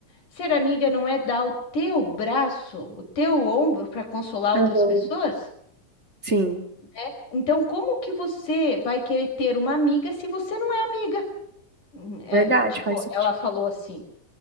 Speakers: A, on the left; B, on the right.
A: Ser amiga não é dar o teu braço, o teu ombro para consolar
B: aham,
A: outras pessoas,
B: sim,
A: né? Então, como que você vai querer ter uma amiga se você não é amiga? Hum, é,
B: verdade,
A: tipo,
B: faz sentido.
A: ela falou assim,